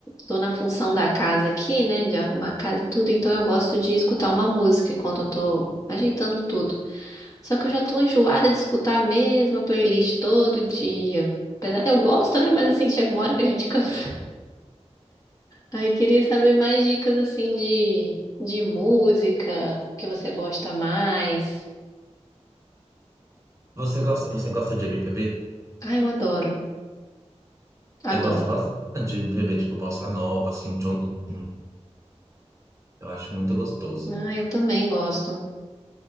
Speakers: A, on the left; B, on the right.
A: tô na função da casa aqui, né? De arrumar a casa e tudo, então eu gosto de escutar uma música enquanto eu tô ajeitando tudo. Só que eu já tô enjoada de escutar a mesma playlist todo dia. Apesar- Eu gosto, né? Mas assim, chega uma hora que a gente <laughs> cansa. Aí queria saber mais dicas assim de, de música que você gosta mais.
B: Você gosta, você gosta de MPB?
A: Ah, eu adoro, adoro.
B: Eu gosto bastante de MPB, tipo Bossa Nova, assim, um John- um- eu acho muito gostoso.
A: Ah, eu também gosto.